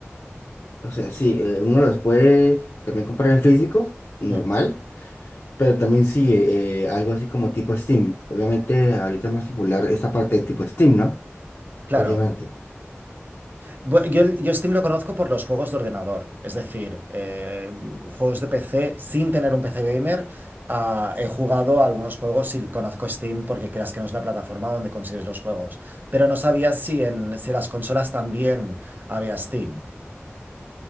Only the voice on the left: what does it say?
O sea, sí, eh, uno los puede también comprar en físico, normal,
pero también sí, eh, algo así como tipo Steam. Obviamente, ahorita es más popular esta parte de tipo Steam, ¿no?
Obviamente.